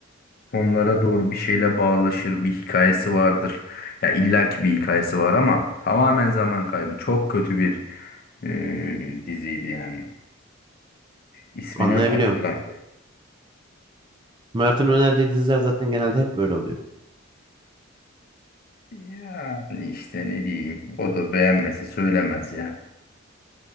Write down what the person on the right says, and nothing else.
Anlayabiliyorum.
Mert'in önerdiği diziler zaten genelde hep böyle oluyor.